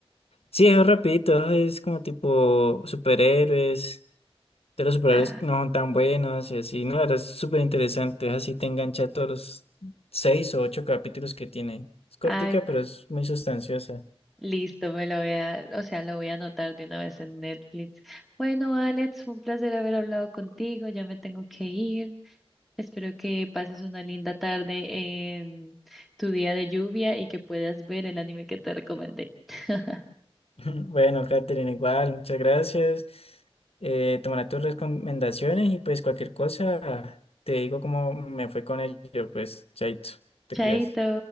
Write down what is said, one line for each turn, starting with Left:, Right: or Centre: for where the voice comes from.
Left: Sí, es rapidito, es como tipo superhéroes de los superhéroes
Centre: Ah,
Left: no son tan buenos y así, no, ahora es súper interesante, así te engancha todos los seis o ocho capítulos que tiene. Es cortica,
Centre: ay.
Left: pero es muy sustanciosa.
Centre: Listo, me lo voy a, o sea, lo voy a anotar de una vez en Netflix. Bueno, Alex, fue un placer haber hablado contigo, ya me tengo que ir. Espero que pases una linda tarde en tu día de lluvia y que puedas ver el anime que te recomendé. <laughs>
Left: <laughs> Bueno, Catherine, igual, muchas gracias. Eh, tomaré tus recomendaciones y pues cualquier cosa te digo cómo me fue con ello, pues, chaito, te
Centre: Chaito.
Left: cuidas.